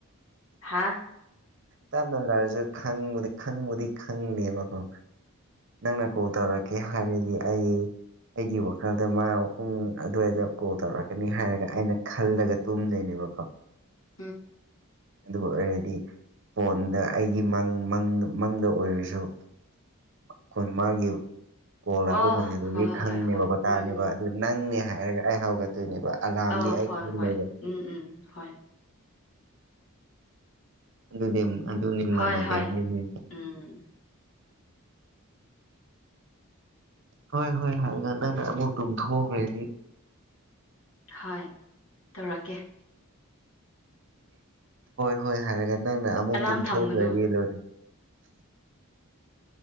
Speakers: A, on the left (about 60°); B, on the right (about 55°).
A: ꯍꯥꯥ
B: ꯇꯞꯅꯂꯥꯛꯑꯁꯨ ꯈꯪꯕꯗꯤ ꯈꯪꯕꯨꯗꯤ ꯈꯪꯅꯦꯕꯀꯣ ꯅꯪꯅ ꯀꯣꯜ ꯇꯧꯔꯛꯀꯦ ꯍꯥꯏꯔꯗꯤ ꯑꯩ ꯑꯩꯒꯤ ꯋꯥꯈꯜꯗ ꯃꯥꯅ ꯄꯨꯡ ꯑꯗꯨꯋꯥꯏꯗ ꯀꯣꯜ ꯇꯧꯔꯛꯀꯅꯤ ꯍꯥꯏꯔꯒ ꯑꯩꯅ ꯈꯜꯂꯒ ꯇꯨꯝꯗꯣꯏꯅꯦꯕꯀꯣ
A: <inaudible>
B: ꯑꯗꯨ ꯑꯣꯏꯔꯗꯤ ꯐꯣꯟꯗ ꯑꯩꯒꯤ ꯃꯪꯪ ꯃꯪꯗ ꯑꯣꯏꯔꯁꯨ ꯈꯣꯏ ꯃꯥꯒꯤ ꯀꯣꯜ ꯂꯥꯛꯄ
A: ꯑꯣ
B: ꯈꯣꯟꯖꯦꯟꯗꯨꯗꯤ
A: ꯍꯣꯏ
B: ꯈꯪꯉꯦꯕꯀꯣ
A: ꯍꯣꯏ ꯍꯣꯏ ꯍꯣꯏ
B: ꯇꯥꯥꯅꯦꯕ
A: ꯎꯝ
B: ꯑꯗꯨ ꯅꯪꯅꯦ ꯍꯥꯏꯔꯒ ꯑꯩ ꯍꯧꯒꯠꯇꯣꯏꯅꯦꯕ ꯑꯂꯥꯝꯗꯤ
A: ꯑꯥ
B: ꯑꯩ
A: ꯍꯣꯏ
B: ꯈꯪꯉꯣꯏꯕ
A: ꯍꯣꯏ ꯎꯝ ꯎꯝ ꯍꯣꯏ
B: ꯑꯗꯨꯗꯤ ꯑꯗꯨꯅꯤ
A: ꯍꯣꯏ
B: ꯃꯥꯟꯅꯗꯦ
A: ꯍꯣꯏ
B: ꯍꯥꯏꯁ‌ꯦ
A: ꯎꯝ
B: ꯍꯣꯏ ꯍꯣꯏ ꯍꯥꯏꯒ ꯅꯪꯅ ꯑꯃꯨꯛ ꯇꯨꯝꯊꯣꯛꯈ꯭ꯔꯗꯤ
A: ꯍꯣꯏ ꯇꯧꯔꯛꯀꯦ
B: ꯍꯣꯏ ꯍꯣꯏ ꯍꯥꯏꯔꯒ ꯅꯪꯅ ꯑꯃꯨꯛ
A: ꯑꯂꯥꯔꯝ
B: ꯇꯨꯝꯊꯣꯛꯈ꯭ꯔꯗꯤ
A: ꯊꯝꯒꯅꯨ
B: ꯂꯣꯏꯔꯦꯅꯦ